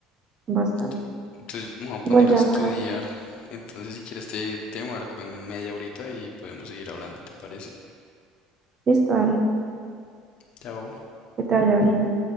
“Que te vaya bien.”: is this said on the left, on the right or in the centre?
Right